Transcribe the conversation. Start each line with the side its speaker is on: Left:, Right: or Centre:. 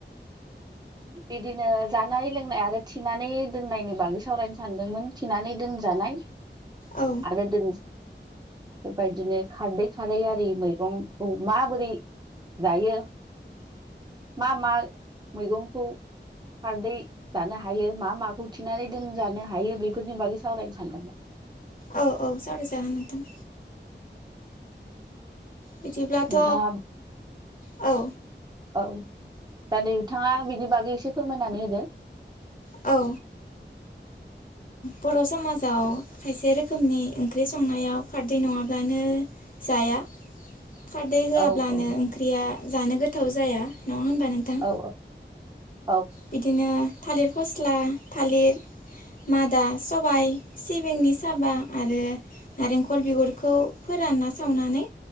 Right: बिदिनो जानाय लोंनाय आरो थिनानै दोननायनि बागै सावरायनो सानदोंमोन थिनानै दोनजा जानाय
Left: औ
Right: आरो दोनज बेबायदिनो खारदै खारै आरि मैगंखौ माबोरै जायो मा मा मैगंखौ खारदै जानो हायो मा माखौ थिनानै दोनजानो हायो बेफोरनि बागै सावरायनो सानदोंमोन।
Left: औ औ सावराय जागोन नोंथां। बिदिब्लाथ'
Right: नोंथाङा
Left: औ।
Right: औ दा दै थाङा बिनि बागै एसे फोरमायनानै होदो।
Left: औ बर' समाजाव खायसे रोखोमनि ओंख्रि संनायाव खारदै नङाब्लानो जाया खारदै होआब्लानो
Right: औ औ
Left: ओंख्रिया जानो गोथाव जाया। नङा होनबा नोंथां
Right: औ औ
Left: बिदिनो थालिर फस्ला थालिर मादा सबाइ सिबिंनि साबा आरो नारेंखल बिगुरखौ फोरानना सावनानै